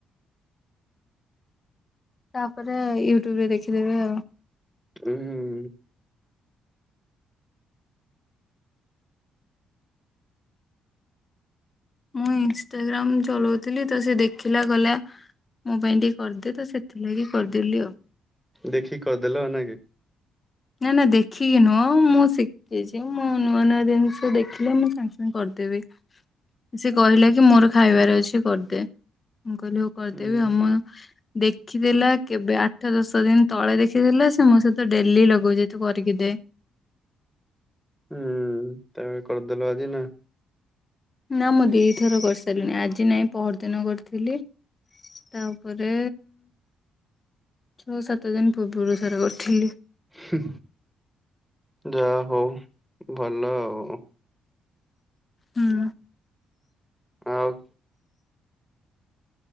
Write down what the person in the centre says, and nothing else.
ଉ ହୁ, ହୁ।
ଦେଖିକି କରି ଦେଲା ନା କି।
ହୁଁ
ହୁଁ ଉ ତମେ କରିଦେଲ ଆଜି ନା।
ହୁଁ, ଯାହା ହଉ ଭଲ ଆଉ।
ଆଉ